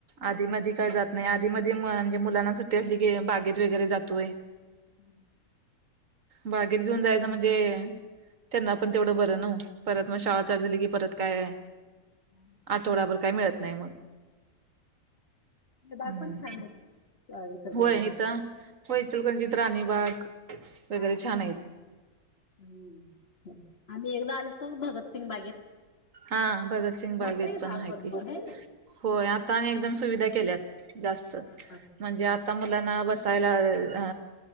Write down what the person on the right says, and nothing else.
आधी मध्ये काय जात नाही आधी मध्ये म्हणजे मुलांना सुट्टी असली की बागेत वगैरे जातोय
बागेत घेऊन जायच म्हणजे त्यांना पण तेवढं बरं न परत मग शाळा चढ झाली की परत काय
आठवडाभर काय मिळत नाही मग
हम्
होय इथं होयचकणजित राणीबाग वगैरे
छान आहेत
हा भगत सिंग बागवत
पण
हाक
होय आता आणि एकदम सुविधा केल्यात जास्त
म्हणजे
आता ना बसायला अ